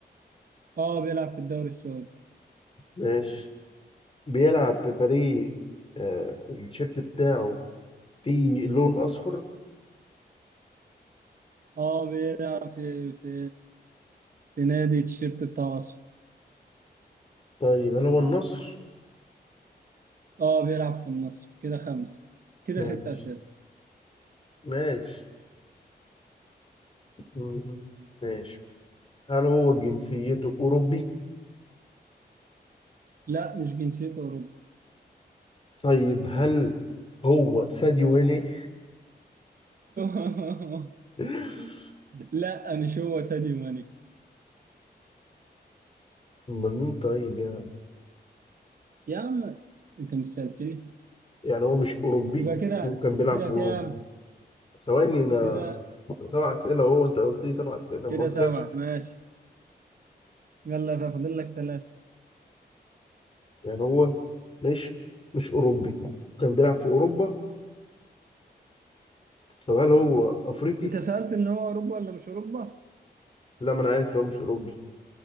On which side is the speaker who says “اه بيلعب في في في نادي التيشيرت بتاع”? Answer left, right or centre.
Right